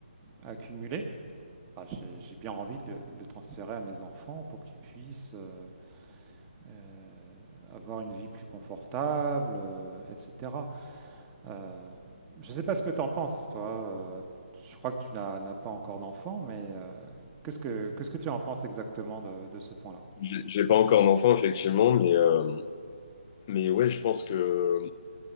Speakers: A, on the right; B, on the left.
A: accumuler, bah, j'ai j'ai bien envie de le, le transférer à mes enfants pour qu'ils puissent euh, euh, avoir une vie plus confortable, euh, etc. Euh, je ne sais pas ce que tu en penses, toi. euh, je crois que tu n'as n'as pas encore d'enfant, mais euh, qu'est-ce que qu'est-ce que tu en penses exactement de, de ce point-là?
B: J'ai j'ai pas encore d'enfant, effectivement, mais, euh, mais ouais, je pense que